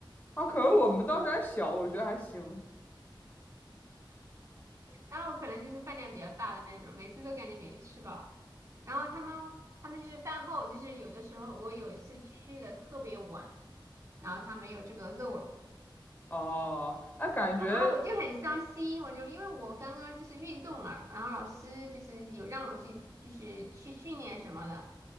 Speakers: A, on the left; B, on the right.
A: 啊，可能我们当时还小，我觉得还行。
B: 然后可能就是饭量比较大的那种，每次都感觉没吃饱。然后他们他们就是饭后，就是有的时候我有一次去的特别晚，然后他没有这个肉了，
A: 哦，那感觉
B: 然后我就很伤心，我就因为我刚刚就是运动了，然后老师就是有让我去就是去训练什么的，